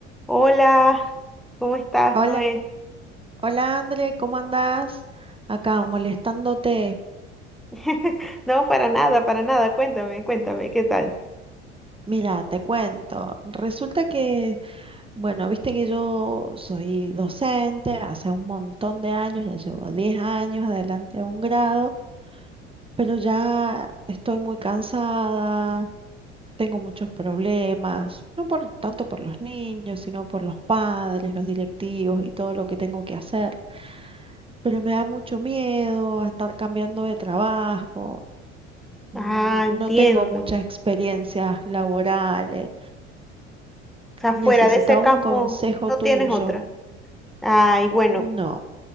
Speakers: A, in the centre; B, on the right (about 15°).
A: Hola, ¿cómo estás,
B: Hola,
A: Noé?
B: hola André, ¿cómo andás? Acá molestándote.
A: <laughs> No, para nada, para nada. Cuéntame, cuéntame, ¿qué tal?
B: Mira, te cuento. Resulta que, bueno, viste que yo soy docente hace un montón de años, ya llevo 10 años adelante de un grado pero ya estoy muy cansada, tengo muchos problemas, no por tanto por los niños, sino por los padres, los directivos y todo lo que tengo que hacer. Pero me da mucho miedo a estar cambiando de trabajo. mm,
A: Ah,
B: No
A: entiendo.
B: tengo muchas
A: O
B: experiencias laborales.
A: sea, fuera
B: Necesitaba
A: de ese campo
B: un consejo
A: no
B: tuyo.
A: tienes otra. Ay, bueno,
B: No,